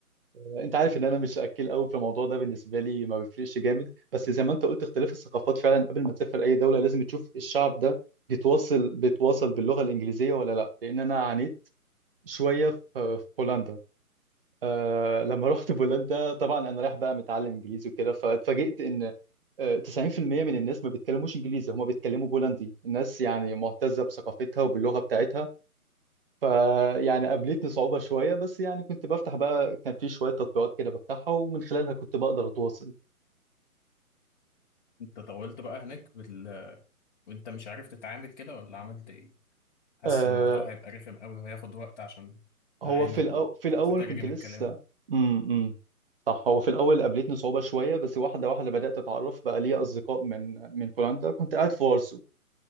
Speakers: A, on the right; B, on the left.
A: انت عارف ان انا مش اكيل قوي في الموضوع ده بالنسبه لي ما بيفرقش جامد بس زي ما انت قلت اختلاف الثقافات فعلا قبل ما تسافر اي دوله لازم تشوف الشعب ده بيتواصل بيتواصل باللغه الانجليزيه ولا لا لان انا عانيت شويه في في بولندا آه لما <laughs> رحت بولندا طبعا انا رايح بقى متعلم انجليزي وكده فاتفاجئت ان آه، 90% من الناس ما بيتكلموش انجليزي هم بيتكلموا بولندي الناس يعني معتزه بثقافتها وباللغه بتاعتها فيعني قابلتني صعوبة شوية بس يعني كنت بفتح بقى كان في شوية تطبيقات كده بفتحها ومن خلالها كنت بقدر أتواصل
B: انت طولت بقى هناك بال... وانت مش عارف تتعامل كده ولا عملت ايه حاسس
A: آه
B: الموضوع هيبقى رخم قوي وهياخد وقت عشان تتعامل
A: هو في الأو...
B: وتترجم
A: في الأول كنت لسه
B: الكلام
A: امم امم، صح هو في الأول قابلتني صعوبة شوية بس واحدة واحدة بدأت أتعرف بقى ليا أصدقاء من من بولندا كنت قاعد في وارسو